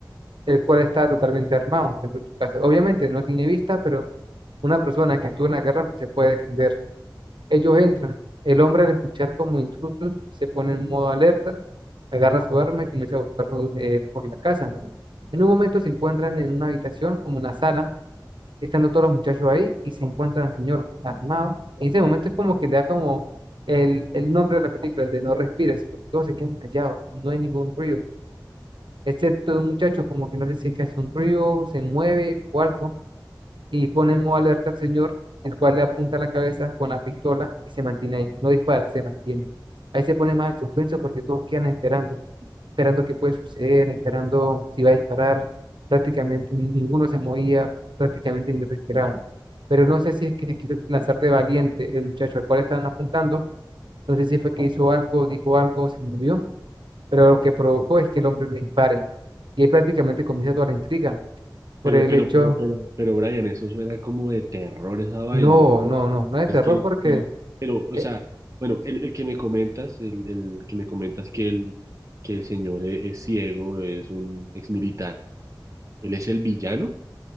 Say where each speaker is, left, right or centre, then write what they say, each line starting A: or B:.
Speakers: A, on the right; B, on the right.
A: el cual está totalmente armado dentro de su casa. Obviamente no tiene vista, pero una persona que estuvo en la guerra pues, se puede defender. Ellos entran. El hombre al escuchar como intrusos se pone en modo alerta, agarra su arma y comienza a buscarlos eh, por la casa. En un momento se encuentran en una habitación, como una sala, estando todos los muchachos ahí y se encuentran al señor armado. En ese momento es como que le da como el, el nombre de la película, el de No respires, porque todos se quedan callados, no hay ningún ruido, excepto de un muchacho como que no sé si es que hace un ruido, se mueve o algo, y ponemos alerta al señor, el cual le apunta la cabeza con la pistola y se mantiene ahí, no dispara, se mantiene. Ahí se pone más el suspenso porque todos quedan esperando esperando qué puede suceder, esperando si va a disparar. Prácticamente ninguno se movía, prácticamente ni respiraban. Pero no sé si es que se quiso lanzar de valiente el muchacho al cual estaban apuntando. No sé si fue que hizo algo, dijo algo, se movió. Pero lo que provocó es que el hombre le dispare. Y ahí prácticamente comienza toda la intriga por
B: pero,
A: el
B: pero,
A: hecho,
B: pero, pero, pero, Brian, eso suena como de terror esa vaina.
A: no, no, no, no es de
B: Es
A: terror
B: que,
A: porque
B: y, pero, o
A: e-
B: sea, bueno, el, el que me comentas, el, el que me comentas que el, que el señor e- es, ciego, es un exmilitar, él es el villano,